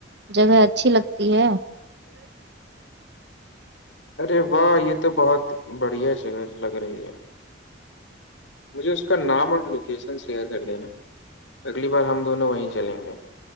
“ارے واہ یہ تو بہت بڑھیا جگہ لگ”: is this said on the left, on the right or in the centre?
Left